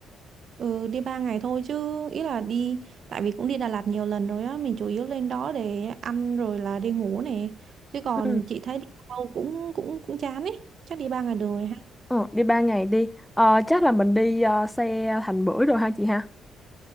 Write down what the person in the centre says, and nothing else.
Ừ.
Ờ, đi 3 ngày đi. Ờ, chắc là mình đi ờ, xe thành bưởi rồi ha chị ha?